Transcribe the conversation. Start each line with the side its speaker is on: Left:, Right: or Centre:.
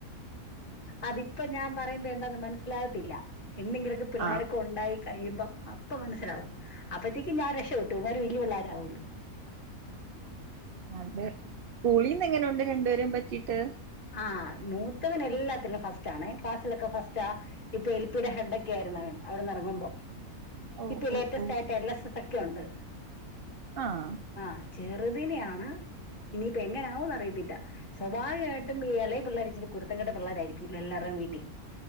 Left: അതിപ്പൊ ഞാൻ പറയുമ്പോ എന്താന്ന് മനസ്സിലാവത്തില്ല എന്നെങ്കിലൊക്കെ പിള്ളാരൊക്കെ
Right: ആഹ്
Left: ഒണ്ടായി കഴിയുമ്പം അ പ്പ മനസ്സിലാവും അപ്പഴ്ത്തേയ്ക്ക് ഞാൻ രക്ഷപെട്ടു ഇവന്മാര് വെല്ല്ല്യെ പിള്ളേര് ആവുവാലോ
Right: അതെ സ്കൂളീന്ന് എങ്ങനെ ഉണ്ട് രണ്ട്പേരേം പറ്റീട്ട്
Left: ആഹ് മൂത്തവൻ എല്ലാത്തിലും ഫസ്റ്റ് ആണേ ക്ലാസ്സിലൊക്കെ ഫസ്റ്റാ ഇപ്പ എൽപിയുടെ ഹെഡൊക്കെ ആയിരുന്നു അവൻ അവിടെന്ന് എറങ്ങുമ്പം
Right: ഓഹ്
Left: ഇപ്പൊ
Right: ഓഹ്
Left: ലേറ്റസ്റ്റ്
Right: ഓഹ്
Left: ആയിട്ട് എൽ എസ് എസ് ഒക്കെ ഉണ്ട്
Right: ആഹ്
Left: ആഹ് ചെറുതിനിനെയാണ് ഇനിയിപ്പ എങ്ങനെ ആവുന്ന് അറിയത്തില്ല സ്വ ഭാവികമായിട്ടും ഈ എളയ പിള്ളാര് ഇച്ചിരി കുരുത്തം കെട്ട പിള്ളോരായിരിക്കുല്ലോ എല്ലാരേം വീട്ടി